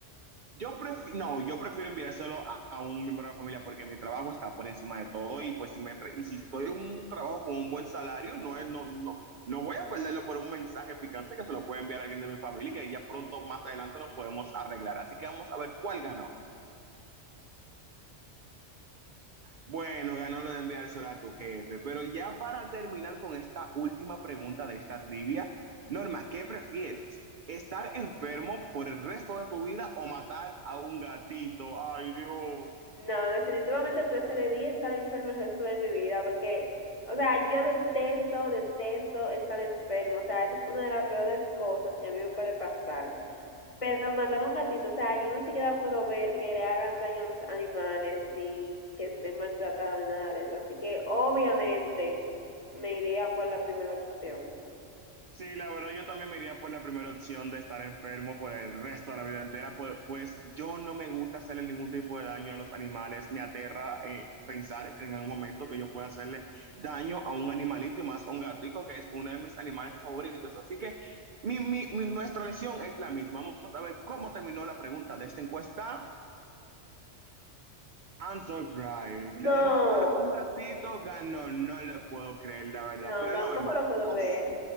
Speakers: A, on the right (about 60°); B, on the left (about 30°).
A: Yo prefiero, no, yo prefiero enviárselo a, a un miembro de la familia porque mi trabajo está por encima de todo y pues si me tra- y si estoy en un trabajo con un buen salario, no es, no, no, no voy a perderlo por un mensaje picante que se lo puede enviar a alguien de mi familia y que ya pronto más adelante lo podemos arreglar. Así que vamos a ver cuál ganó. Bueno, ganó lo de enviárselo a tu jefe, pero ya para terminar con esta última pregunta de esta trivia, Norma, ¿qué prefieres? ¿Estar enfermo por el resto de tu vida o matar a un gatito? Ay, Dios.
B: No, definitivamente preferiría estar enferma el resto de mi vida porque, o sea, yo detesto, detesto estar enfermo. O sea, esa es una de las peores cosas que a mí me puede pasar. Pero matar a un gatito, o sea, yo ni siquiera puedo ver que le hagan daño a los animales ni que estén maltratados ni nada de eso. Así que obviamente me iría por la primera opción.
A: Sí, la verdad yo también me iría por la primera opción de estar enfermo por el resto de la vida entera, por- pues yo no me gusta hacerle ningún tipo de daño a los animales, me aterra eh, pensar en algún momento que yo pueda hacerle daño a un animalito y más a un gatico, que es uno de mis animales favoritos. Así que mi, mi, mi- nuestra lesión es la misma. Vamos a ver cómo terminó la pregunta de esta encuesta. I'm surprised.
B: No,
A: La de matar un gatito ganó, no lo puedo creer, la verdad.
B: no,
A: Pero
B: tampoco
A: Norma,
B: lo puedo
A: así,
B: creer.